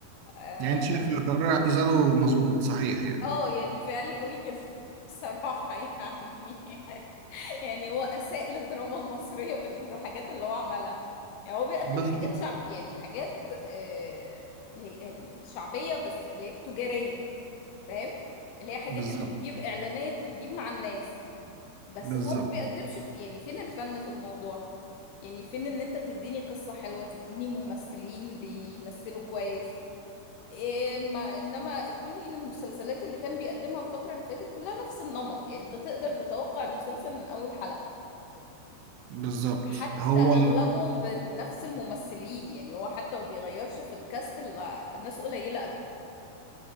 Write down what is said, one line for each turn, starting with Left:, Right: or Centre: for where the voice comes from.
Left: آه،
Right: يعني أنت شايف إن قرار اعتزاله مظبوط صحيح يعني
Left: اه يعني كفايه عليه قوي كده <laughs> بصراحه يعني <laughs> يعني هو اساء للدراما المصريه بالحاجات اللي هو عملها يعني هو بيقدم
Right: بالظبط
Left: حاجات شعب يعني حاجات آه هي- آه، شعبيه بس اللي هي تجاريه فاهم اللي هي حاجات
Right: بالظبط
Left: اللي بتجيب اعلانات وبتجيب مع الناس بس
Right: بالظبط
Left: هو ما بيقدمش في يعني فين الفن في الموضوع يعني فين ان انت تديني قصه حلوه تديني ممثلين بيمثلوا كويس إيه ما انما كل المسلسلات اللي كان بيقدمها الفترة اللي فاتت كلها نفس النمط يعني انت تقدر تتوقع المسلسل من اول حلقة
Right: بالظبط
Left: حتى
Right: هو
Left: اغلبهم بنفس الممثلين يعني هو حتى ما بيغيرش في الكاست الا ناس قليلة قوي